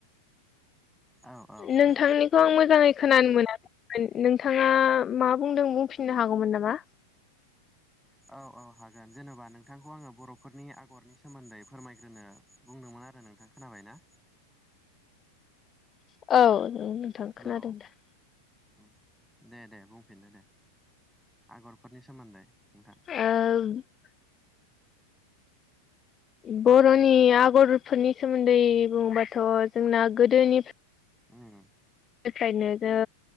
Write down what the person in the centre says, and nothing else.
औ औ खोनादों
औ औ हागोन जेनेबा नोंथांखौ आङो बर'फोरनि आगरनि सोमोन्दै फोरमायग्रोनो बुंदोंमोन आरो नोंथां खोनाबाय ना?
हेलौ।
ओम दे दे बुंफिनदो दे आगरफोरनि सोमोन्दै नोंथां
ओम